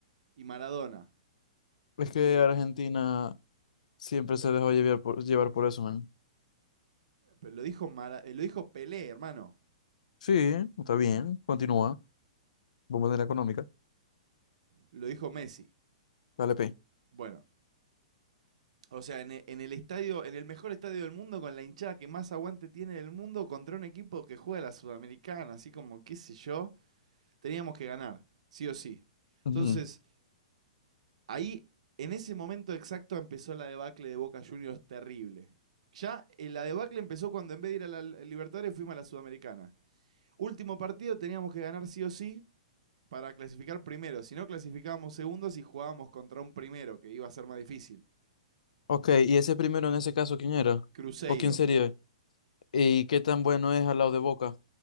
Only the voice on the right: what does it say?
y Maradona.
Pero lo dijo, Mara- eh, lo dijo Pelé, hermano.
Lo dijo Messi.
Bueno, O sea, en e- en el estadio, en el mejor estadio del mundo, con la hinchada que más aguante tiene del mundo, contra un equipo que juega la Sudamericana, así como qué sé yo, teníamos que ganar, sí o sí. Entonces,
ahí, en ese momento exacto, empezó la debacle de Boca Juniors terrible. Ya eh, la debacle empezó cuando en vez de ir a la Li- Libertadores fuimos a la Sudamericana. Último partido teníamos que ganar sí o sí para clasificar primero. Si no, clasificábamos segundos y jugábamos contra un primero, que iba a ser más difícil.
Cruzeiro.